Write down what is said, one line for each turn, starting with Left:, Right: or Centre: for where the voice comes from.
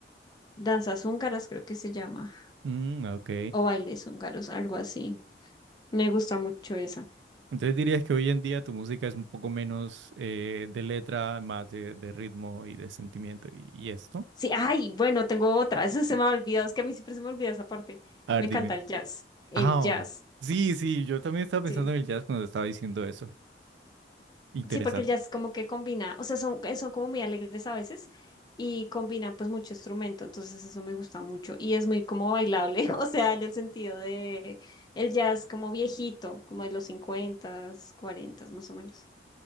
Left: Danzas Húngaras, creo que se llama,
Right: Mm, ok.
Left: o Bailes Húngaros, algo así. Me gusta mucho esa.
Right: Entonces dirías que hoy en día tu música es un poco menos eh, de letra, más de, de ritmo y de sentimiento y, y esto.
Left: Sí, ay, bueno, tengo otra, <laughs> eso se me ha olvidado, es que a mí siempre se me olvida esa parte.
Right: A ver,
Left: Me encanta
Right: dime.
Left: el jazz, el
Right: Ah,
Left: jazz,
Right: oh. Sí, sí, yo también estaba pensando
Left: sí.
Right: en el jazz cuando estaba diciendo eso. Interesante.
Left: Sí, porque el jazz como que combina, o sea, son, eh, son como muy alegres a veces y combinan pues mucho instrumento, entonces eso me gusta mucho y es muy como bailable, <laughs> o sea, en el sentido de el jazz como viejito, como de los 50, 40 más o menos.